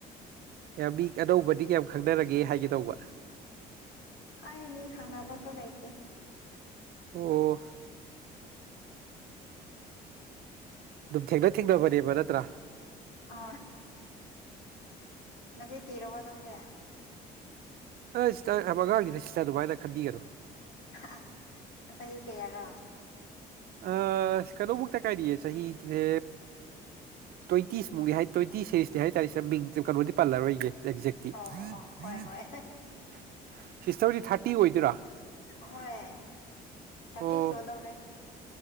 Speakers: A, on the right; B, on the left.
A: ꯀꯌꯥꯝ ꯃꯤ ꯑꯅꯧꯕꯗꯤ ꯀꯌꯥꯝ ꯈꯪꯅꯔꯒꯦ ꯍꯥꯏꯒꯦ ꯇꯧꯕ
B: ꯑꯅꯦ ꯈꯉꯕ ꯆ ꯂꯩꯀꯦ
A: ꯑꯣ ꯑꯗꯨꯝ ꯊꯦꯡꯅ ꯊꯦꯡꯅꯕꯅꯦꯕ ꯅꯠꯇ꯭ꯔꯥ
B: ꯑ ꯅꯈꯦ ꯀ ꯔꯕ ꯅꯪꯁꯦ
A: ꯑ ꯍꯥꯏ ꯑꯉꯥꯡꯅꯤꯅ ꯁꯤꯇ ꯑꯗꯨꯚꯥꯏꯅ ꯈꯟꯕꯤꯒꯅꯨ
B: ꯑꯁ ꯆꯍꯤ ꯀꯌꯥꯔꯣ
A: ꯑ ꯀꯔꯣꯕꯨꯛꯇ ꯀꯥꯏꯔꯤꯌꯦ ꯁꯍꯤꯁꯦ ꯇ꯭ꯋꯦꯟꯇꯤꯁꯃꯨꯛꯅꯤ ꯍꯥꯏ ꯇ꯭ꯋꯦꯟꯇꯤ ꯁꯦꯔꯤꯁꯇꯤ ꯍꯥꯏꯇꯥꯥꯔꯦ ꯁ ꯃꯤꯡꯁ ꯀꯩꯅꯣꯗꯤ ꯄꯜꯂꯔꯣꯏꯒꯦ ꯑꯦꯛꯖꯦ
B: ꯑꯣ
A: ꯁꯤꯁꯇꯔꯗꯤ
B: ꯑꯣ ꯍꯣꯏ ꯍꯣꯏ
A: ꯊꯥꯔꯇꯤ ꯑꯣꯏꯗꯣꯏꯔꯥ
B: ꯍꯣꯏ ꯁꯥꯇꯤ
A: ꯑꯣ
B: ꯁꯣꯗꯧꯔꯦ